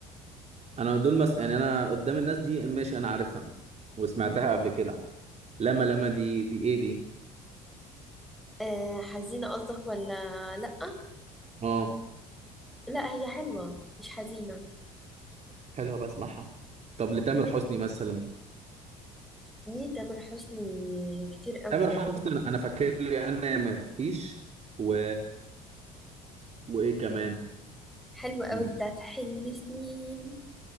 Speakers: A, on the right; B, in the centre.
A: انا دول مس... يعني انا قدام الناس دي ماشي انا عارفها وسمعتها قبل كده لما لما دي دي ايه دي
B: آه حزينة قصدك ولا لأ
A: اه
B: لا هي حلوة مش حزينة
A: حلوه بسمعها طب لتامر حسني مثلا
B: دي تامر حسني كتير قوي
A: تامر حسني انا فاكر لي انا ما فيش و... وايه كمان
B: حلوة قوي
A: م-
B: بتاعت حلم سنين